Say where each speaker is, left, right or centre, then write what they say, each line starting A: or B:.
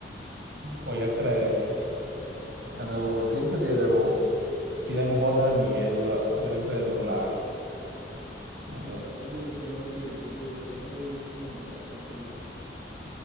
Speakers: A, on the right; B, on the right.
A: ꯑꯣꯏꯔꯛꯇ꯭ꯔꯒꯗꯤ ꯑꯗꯨ ꯍꯧꯖꯤꯛꯄꯨꯗꯤ ꯑꯗꯨ ꯈꯤꯇꯪ ꯍꯣꯠꯅꯔꯝꯃꯤꯒꯦ ꯑꯗꯨꯒ ꯑꯣꯏꯔꯛꯇ꯭ꯔ ꯑꯗꯨꯝ ꯂꯥꯛꯑꯒꯦ ꯑꯗꯣ
B: ꯑꯣ ꯍꯣ ꯑꯗꯨ ꯀꯩꯅꯣꯗꯤ ꯍꯧꯖꯤꯛ ꯂꯧ ꯁꯤꯡꯒꯤꯅ ꯀꯃꯥꯏ ꯀꯃꯥꯏ ꯇꯧꯋꯤꯏꯕ